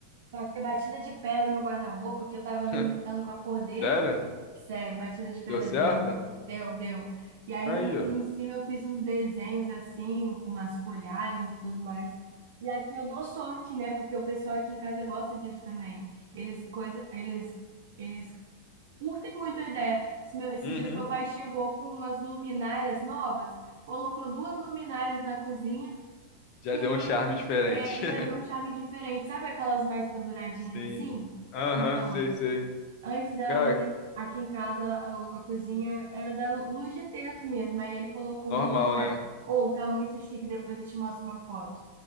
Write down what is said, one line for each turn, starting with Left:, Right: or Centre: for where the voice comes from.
Right: Bater batida de pedra no guarda-roupa, que eu tava
Left: <laughs>
Right: me irritando com a cor dele.
Left: Sério?
Right: Sério, batida de pedra
Left: Deu certo?
Right: branca. Deu, deu. E aí
Left: Aí, ó.
Right: em cima eu fiz uns desenhos assim, com umas folhagens e tudo mais. E aqui eu dou sorte, né? Porque o pessoal aqui em casa gosta disso também. Eles coisa, eles eles curtem muito a ideia. Esse meu- Esses
Left: Uhum.
Right: dias meu pai chegou com umas luminárias novas, colocou duas luminárias na cozinha
Left: Já
Right: Tirou,
Left: deu um
Right: as-
Left: charme diferente.
Right: é, já
Left: <laughs>
Right: deu um charme diferente. Sabe aquelas mais penduradinhas
Left: Sim.
Right: assim?
Left: Aham,
Right: Então,
Left: sei, sei.
Right: antes a
Left: Cara,
Right: lumi- aqui em casa a, a cozinha era da lu- luz de teto mesmo. Aí ele colocou
Left: normal,
Right: uma luminária.
Left: né?
Right: Ou tá muito chique, depois eu te mostro uma foto.